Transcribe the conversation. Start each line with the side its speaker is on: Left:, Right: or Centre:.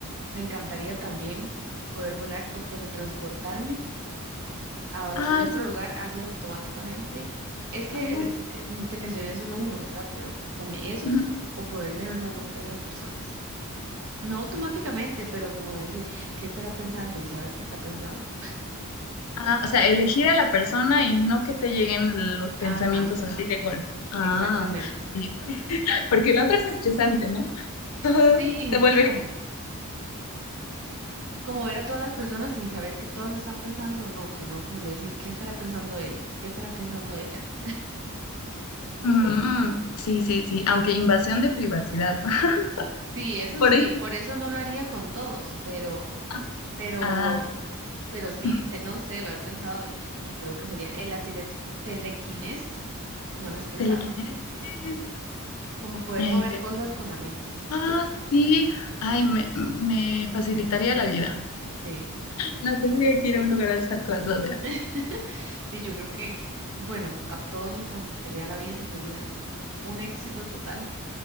Right: me encantaría también poder volar o teletransportarme a algún
Left: Ay,
Right: otro
Left: sí que...
Right: lugar
Left: no.
Right: así automáticamente. Es que
Left: ajá,
Right: eh, eh, m- te mencioné solo uno, ¿verdad? Pero también esos
Left: ujú.
Right: o poder leer la mente de las personas. No automáticamente, pero como decir qué estará pensando y saber qué está pensando.
Left: Ah, o sea, elegir a la persona y no que te lleguen los pensamientos
Right: Ajá,
Left: así de golpe. Ah.
Right: exactamente.
Left: Sí, porque la otra es estresante, ¿no? <laughs> Todo
Right: Sí,
Left: Te volvería.
Right: sí, como como ver a todas las personas y saber que todas están pensando, no, sino como yo decir, ¿qué estará pensando él? ¿Qué estará pensando ella?
Left: Mm, sí, sí, sí, aunque invasión de privacidad. <laughs>
Right: Sí, eso
Left: Por
Right: sí,
Left: ahí te...
Right: por eso no lo haría con todos, pero,
Left: Ah,
Right: pero,
Left: ah,
Right: pero sí,
Left: ok.
Right: se- no sé, lo he pensado y, y creo que sería eh, la tele- telequinesis, no lo has pensado,
Left: telequinesis.
Right: como poder
Left: ay,
Right: mover
Left: tele-
Right: cosas con la mente.
Left: ah, sí. Ay, me, me facilitaría la vida.
Right: Sí,
Left: No tendría que ir a un lugar a alzar cosas ya.
Right: <laughs> sí, yo creo que, bueno, a todos nos facilitaría la vida y sería un éxito total.